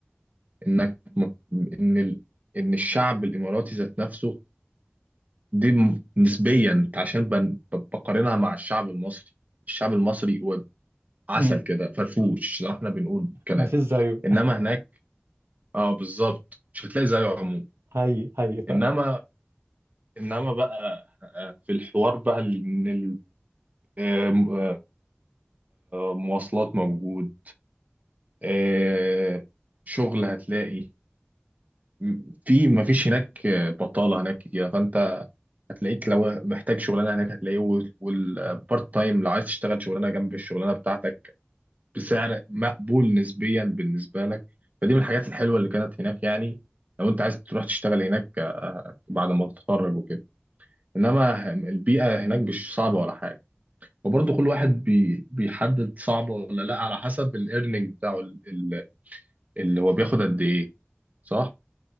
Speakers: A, on the right; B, on the right.
A: انك م- ان ال- ان الشعب الاماراتي ذات نفسه دي م- نسبيا عشان بن- ب- بقارنها مع الشعب المصري الشعب المصري هو عسل
B: امم
A: كده فرفوش زي ما احنا بنقول كلام
B: ما فيش زيه
A: انما هناك اه بالظبط مش هتلاقي زيه عموما
B: هاي هاي
A: انما انما بقى آه، في الحوار بقى ال- ان ال- آه، م- آه، مواصلات موجود آه، شغل هتلاقي م- في ما فيش هناك آه، بطالة هناك كتير فانت هتلاقيك لو محتاج شغلانة هناك هتلاقيه والبارت تايم لو عايز تشتغل شغلانة جنب الشغلانة بتاعتك بسعر مقبول نسبيا بالنسبه لك فدي من الحاجات الحلوه اللي كانت هناك يعني لو انت عايز تروح تشتغل هناك آه، بعد ما تتخرج وكده انما البيئه هناك مش صعبه ولا حاجه وبرضه كل واحد بي بيحدد صعبه ولا لا على حسب الايرنينج بتاعه ال- ال- اللي هو بياخد قد ايه صح